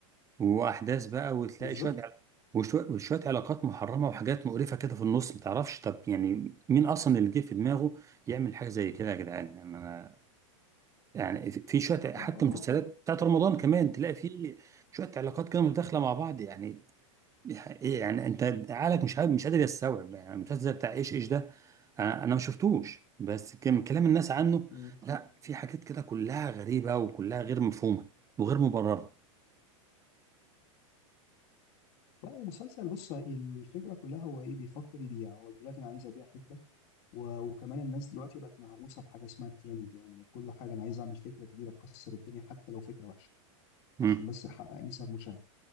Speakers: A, on the right; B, on the left.
A: واحداث بقى وتلاقي
B: بالظبط
A: شويه وشويه وشوية علاقات محرمه وحاجات مقرفه كده في النص ما تعرفش طب يعني مين اصلا اللي جه في دماغه يعمل حاجه زي كده يا جدعان يعني انا يعني في في شويه
B: لا
A: حتى
B: اه
A: مسلسلات بتاعت رمضان كمان تلاقي في شويه علاقات كده متداخله مع بعض يعني دي حقيقة. يعني انت عقلك مش قادر مش قادر يستوعب يعني المسلسل بتاع ايش ايش ده انا أنا ما شفتوش بس كان كلام الناس عنه
B: آه. <clears throat>
A: لا في حاجات كده كلها غريبة وكلها غير مفهومة وغير مبررة
B: لا ومسلسل بص الفكره كلها هو ايه بيفكر يبيع هو دلوقتي انا عايز ابيع فكره و- وكمان الناس دلوقتي بقت مهووسه بحاجه اسمها الترند يعني كل حاجه انا عايز اعمل فكره جديده تكسر الدنيا حتى لو فكره وحشه
A: امم
B: عشان بس احقق نسب مشاهده